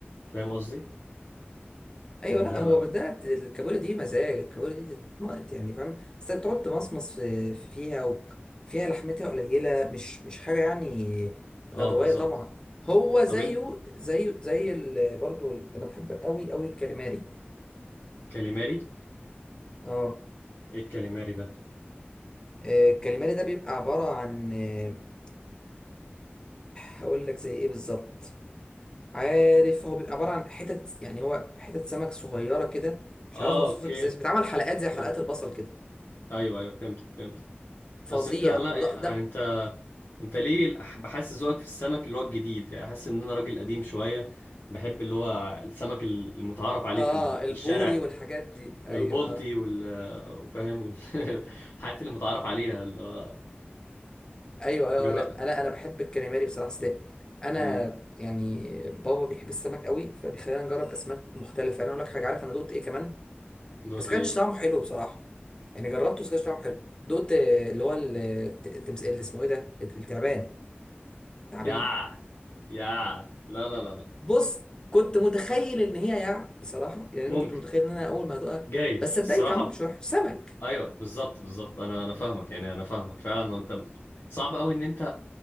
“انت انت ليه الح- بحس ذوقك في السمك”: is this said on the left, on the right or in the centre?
Left